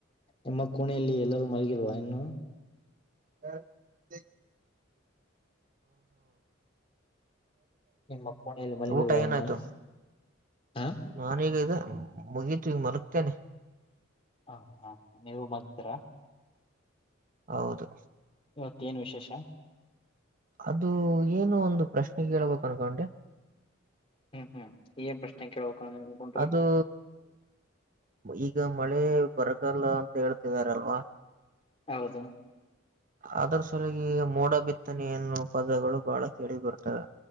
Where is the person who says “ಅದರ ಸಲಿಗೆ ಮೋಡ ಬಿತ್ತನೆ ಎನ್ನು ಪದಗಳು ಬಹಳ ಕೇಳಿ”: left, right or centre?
Right